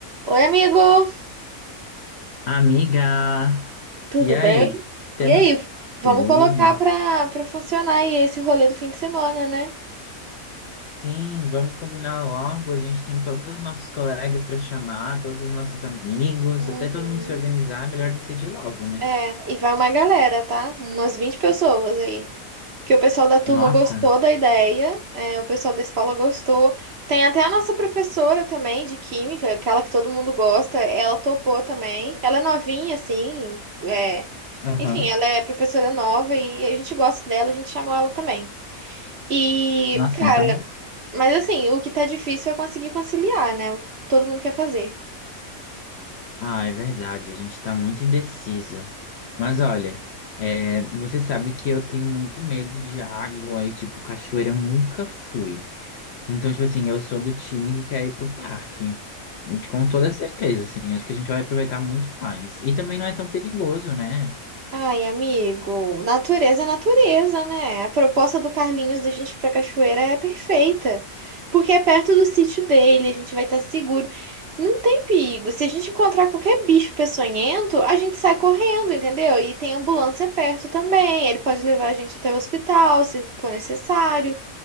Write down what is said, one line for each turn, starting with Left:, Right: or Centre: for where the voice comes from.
Right: Oi, amigo,
Left: Amiga,
Right: tudo
Left: e aí?
Right: bem?
Left: Temos
Right: E aí, vamos
Left: tudo?
Right: colocar pra, pra funcionar aí esse rolê do fim de semana, né?
Left: Sim, vamos combinar logo. A gente tem todos os nossos colegas para chamar, todos os nossos amigos,
Right: Uhum.
Left: até todo mundo se organizar. É Melhor decidir logo, né?
Right: É, e vai uma galera, tá? Umas 20 pessoas aí. Porque o pessoal da turma
Left: Nossa,
Right: gostou da ideia, é, o pessoal da escola gostou. Tem até a nossa professora também de química, aquela que todo mundo gosta, ela topou também. Ela é novinha, assim, é...
Left: aham.
Right: Enfim, ela é professora nova e a gente gosta dela, a gente chamou ela também. E,
Left: Nossa,
Right: cara,
Left: então.
Right: mas assim, o que tá difícil é conseguir conciliar, né? O que todo mundo quer fazer.
Left: Ah, é verdade, a gente tá muito indeciso. Mas olha, é, você sabe que eu tenho muito medo de água e, tipo, cachoeira eu nunca fui. Então, tipo assim, eu sou do time que quer ir pro parque. Com toda certeza, assim. Acho que a gente vai aproveitar muito mais. E também não é tão perigoso, né?
Right: Ai, amigo, natureza é natureza, né? A proposta do Carlinhos da gente ir pra cachoeira é perfeita. Porque é perto do sítio dele, a gente vai estar seguro. Não tem perigo. Se a gente encontrar qualquer bicho peçonhento, a gente sai correndo, entendeu? E tem ambulância perto também. Ele pode levar a gente até o hospital, se for necessário.